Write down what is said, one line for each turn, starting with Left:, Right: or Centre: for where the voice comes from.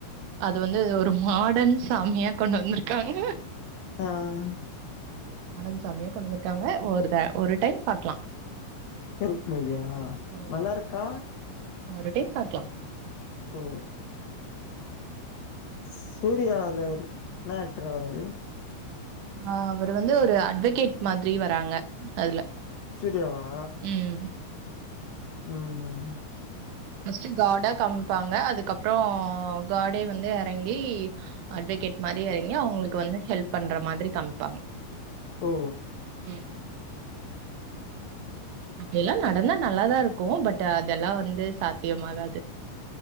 Right: அது வந்து ஒரு மாடன் சாமியா கொண்டு வந்துருக்காங்க
Left: ஆஹ்
Right: மாடன் சாமியா கொண்டு்ந்துருக்காங்க ஒரு டா ஒரு டைம் பாக்கலா
Left: கருப் மூவியா
Right: ம்
Left: நல்லா இருக்கா
Right: ஒரு டைம் பாக்லாம்
Left: ஓ சூரியா அல என்னாக்டரா வராரு
Right: ஆஹ் அவர் வந்து ஒரு அட்வகேட் மாதிரி வராங்க அதுல
Left: சுரியாவா
Right: ம்
Left: உம் உம்
Right: ஃபர்ஸ்ட்டு காடா காம்ப்பாங்க அதுக்கப்பற காடே வந்து எறங்கி அட்வகேட் மாரி ஆகி அவுங்களுக்கு வந்து ஹெல்ப் பண்ற மாதிரி கம்பாங்க
Left: ஓ
Right: உம் அப்டியல்லா நடந்தா நல்லாதா இரு க்கும் பட் அதெல்லா வந்து சாத்தியமாகாது